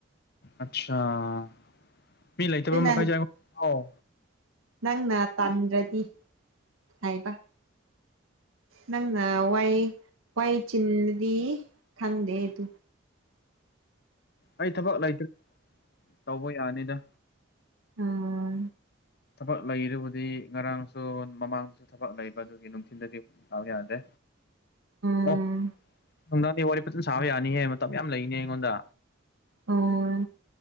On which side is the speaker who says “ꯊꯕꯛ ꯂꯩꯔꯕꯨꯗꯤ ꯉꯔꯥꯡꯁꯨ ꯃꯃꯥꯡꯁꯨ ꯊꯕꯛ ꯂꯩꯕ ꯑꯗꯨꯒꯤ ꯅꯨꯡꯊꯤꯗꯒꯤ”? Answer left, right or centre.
Left